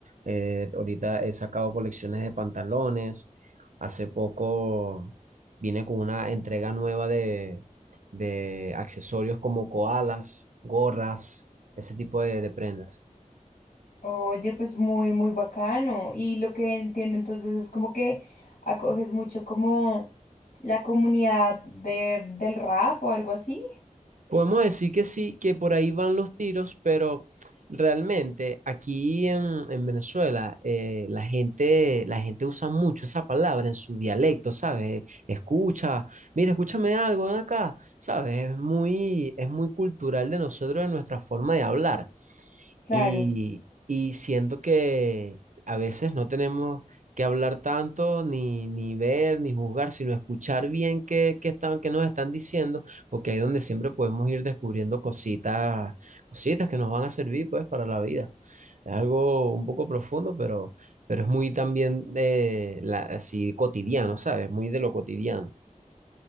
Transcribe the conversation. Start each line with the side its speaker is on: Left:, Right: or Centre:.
Right: eh, ahorita he sacado colecciones de pantalones. Hace poco vine con una entrega nueva de, de accesorios como koalas, gorras, ese tipo de, de prendas.
Left: Oye, pues muy, muy bacano. Y lo que entiendo entonces es como que acoges mucho como la comunidad de, del rap o algo así.
Right: Podemos decir que sí, que por ahí van los tiros, pero realmente aquí en, en Venezuela eh, la gente, la gente usa mucho esa palabra en su dialecto, ¿sabes? Escucha, mira, escúchame algo ven acá, ¿sabes? Es muy, es muy cultural de nosotros, de nuestra forma de hablar.
Left: Claro.
Right: Y, y siento que a veces no tenemos que hablar tanto, ni, ni ver, ni juzgar, sino escuchar bien qué, qué están, qué nos están diciendo porque ahí es donde siempre podemos ir descubriendo cositas, cositas que nos van a servir pues para la vida. Es algo un poco profundo, pero, pero es muy también de la, así cotidiano, ¿sabes? Muy de lo cotidiano.